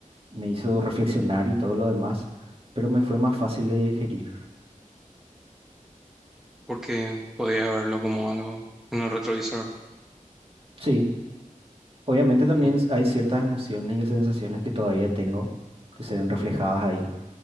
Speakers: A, on the right; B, in the centre.
A: me hizo reflexionar y todo lo demás, pero me fue más fácil de digerir.
B: Porque podía verlo como algo en el retrovisor.
A: Sí, obviamente también
B: Ujú,
A: s- hay ciertas emociones y sensaciones que todavía tengo que se ven reflejadas ahí,